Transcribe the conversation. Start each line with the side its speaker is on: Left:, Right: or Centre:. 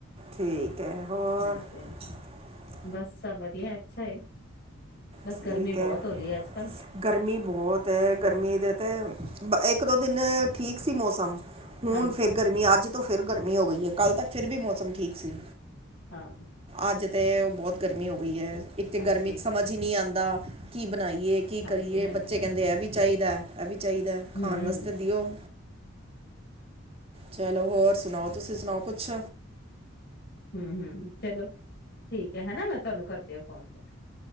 Right: ਠੀਕ ਹੈ। ਹੋਰ,
Left: ਹਾਂਜੀ-ਹਾਂਜੀ
Right: -
Left: ਬਸ ਸਭ ਵਧੀਆ ਅੱਛਾ ਏ ਬਸ
Right: ਠੀਕ
Left: ਗਰਮੀ ਬਹੁਤ
Right: ਹੈ।
Left: ਹੋ ਰਹੀ ਅੱਜ-ਕੱਲ੍ਹ,
Right: ਗਰਮੀ ਬਹੁਤ ਹੈ। ਗਰਮੀ ਦੇ ਤੇ, ਬ ਇੱਕ ਦੋ ਦਿਨ ਠੀਕ ਸੀ ਮੌਸਮ, ਹੁਣ
Left: ਹਾਂਜੀ
Right: ਫੇਰ ਗਰਮੀ, ਅੱਜ ਤੋਂ ਫਿਰ ਗਰਮੀ ਹੋ ਗਈ ਏ, ਕੱਲ੍ਹ ਤੱਕ ਫਿਰ ਵੀ ਮੌਸਮ ਠੀਕ ਸੀ।
Left: ਹਾਂ।
Right: ਅੱਜ ਤੇ ਬੋਤ ਗਰਮੀ ਹੋ ਗਈ ਐ। ਇੱਕ ਤੇ
Left: ਹਾਂਜੀ,
Right: ਗਰਮੀ ਚ ਸਮਝ ਈ ਨੀ ਆ ਦਾ ਕੀ ਬਣਾਈ ਏ ਕੀ
Left: ਹਾਂਜੀ-ਹਾਂਜੀ।
Right: ਕਰੀਏ ਬੱਚੇ ਕਹਿੰਦੇ ਐ ਵੀ। ਚਾਹੀਦੈ। ਚਾਹੀਦੈ
Left: ਹੂੰ,
Right: ਖਾਣ ਵਾਸਤੇ ਦਿਓ। ਚਲੋ ਹੋਰ ਸੁਣਾਓ ਤੁਸੀਂ ਸੁਣਾਓ ਕੁਛ?
Left: ਹਮ-ਹਮ ਚਲੋ ਠੀਕ ਐ, ਹੈਣਾ ਮੈਂ ਤੁਹਾਨੂੰ ਕਰਦੀਆਂ ਫੋਨ ਫਿਰ।